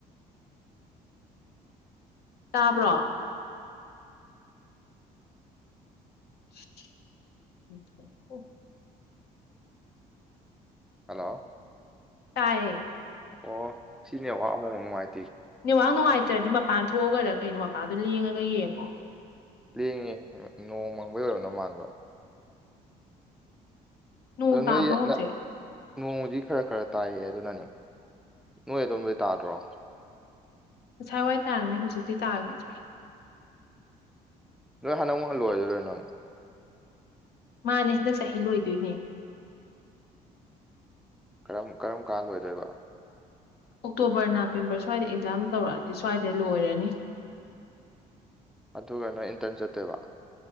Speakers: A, on the left; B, in the centre.
A: ꯇꯥꯕ꯭ꯔꯣ <inaudible>
B: ꯍꯦꯜꯂꯣ
A: ꯇꯥꯏꯌꯦ
B: ꯑꯣ ꯁꯤ ꯅꯦꯠꯋꯥꯛ ꯑꯅꯨꯛ ꯃꯨꯛ ꯅꯨꯡꯉꯥꯏ
A: ꯅꯦꯠꯋꯥꯛ ꯅꯨꯡꯉꯥꯏꯇ꯭ꯔꯗꯤ ꯃꯄꯥꯟ ꯊꯣꯛꯑꯒꯔ ꯀꯩꯅꯣ ꯃꯄꯥꯗꯨ ꯂꯦꯡꯉꯒ ꯌꯦꯡꯉꯣ
B: ꯂꯦꯡꯉꯦ ꯅꯣꯡ ꯃꯪꯕꯩ ꯑꯣꯏꯔꯝꯗꯧ ꯃꯥꯟꯕ
A: ꯅꯣꯡ
B: ꯑꯗꯨ ꯅꯣꯏ
A: ꯇꯥꯕ꯭ꯔꯣ ꯍꯧꯖꯤꯛ
B: ꯅ ꯅꯣꯡꯕꯨꯗꯤ ꯈꯔ ꯈꯔ ꯇꯥꯏꯌꯦ ꯑꯗꯨꯅꯅꯦ ꯅꯣꯏ ꯑꯗꯣꯝꯗꯗꯤ ꯇꯥꯗ꯭ꯔꯣ
A: ꯉꯁꯥꯏꯋꯥꯏ ꯇꯥꯔꯝꯃꯦ ꯍꯧꯖꯤꯛꯇꯤ ꯇꯥꯒꯤꯗ꯭ꯔꯦ
B: ꯅꯣꯏ ꯍꯥꯟꯅꯃꯨꯛ ꯍꯜ ꯂꯣꯏꯗꯣꯔꯦ ꯅꯪ
A: ꯃꯥꯅꯦ ꯍꯟꯗꯛ ꯆꯍꯤ ꯂꯣꯏꯗꯨꯏꯅꯦ
B: ꯀꯔꯝ ꯀꯔꯝ ꯀꯥꯟ ꯂꯣꯏꯗꯣꯏꯕ
A: ꯑꯣꯛꯇꯣꯕꯔ ꯅꯕꯦꯝꯕꯔ ꯁ꯭ꯋꯥꯏꯗ ꯑꯦꯛꯖꯥꯝ ꯇꯧꯔꯛꯑꯗꯤ ꯁ꯭ꯋꯥꯏꯗ ꯂꯣꯏꯔꯅꯤ
B: ꯑꯗꯨꯒ ꯅꯣꯏ ꯏꯟꯇ꯭ꯔꯟ ꯆꯠꯇꯨꯏꯕ